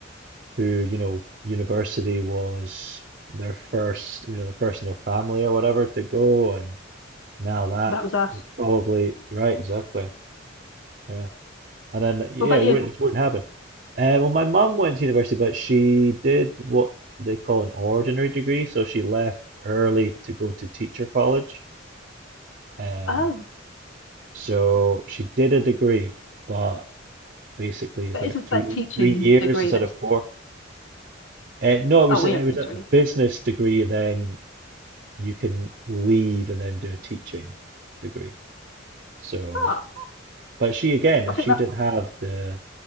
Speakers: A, on the right; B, on the left.
A: who, you know, university was their first, you know, the first in their family or whatever to go and now that
B: That was us.
A: they're probably right, exactly. Yeah. And then, yeah,
B: What about
A: it
B: you?
A: wouldn't, it wouldn't happen. Uh, well, my mum went to university, but she did what they call an ordinary degree. So she left early to go to teacher college. Um,
B: Oh,
A: so she did a degree, but basically it's
B: that
A: like
B: isn't
A: a three
B: that teaching
A: three years
B: degree.
A: instead
B: That
A: of
B: is.
A: four. Uh, no, it was
B: Oh, we
A: it
B: only
A: was
B: did
A: a
B: three.
A: business degree, and then you can leave and then do a teaching degree. So
B: Oh,
A: But she again, if
B: I think
A: she
B: that.
A: didn't have the